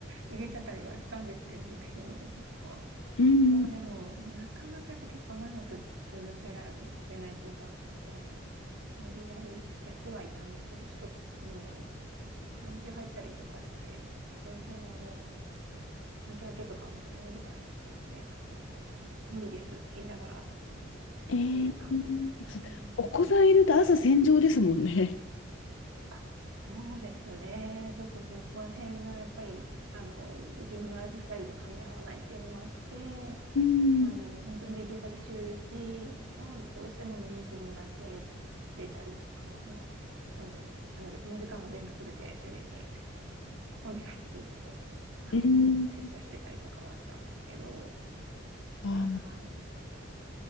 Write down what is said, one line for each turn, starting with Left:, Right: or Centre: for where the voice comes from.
Right: 入れてたりはしたんですけど、独身の時とかは。
Left: うん。
Right: もうでも、なかなかやっぱ結構長く続けられないというか、もう無理やりやってはいたんですけど、ちょっと、もう産休入ったりとかして、ちょっとその辺はもう、産休明けとかはもうちょっと難しかったですね。やっぱそのあたりはもう無理ですって言いながらっ
Left: え
Right: ていう感じです。
Left: ー、
Right: うん
Left: お子さんいると朝戦場ですもんね。
Right: あそうですね。ちょっとそこら辺がやっぱり、あの、自分のライフスタイルと噛み合わないっていうのもあって、
Left: うん。
Right: あの、本当にできるだけ週1のどうしてものミーティングだけ出たりとか、まあ、まああの、なのでその時間は全部すべて終電にお願いって言って、あの、
Left: うん。
Right: 出社してたりとかはしたんですけど、
Left: ああ、
Right: はい。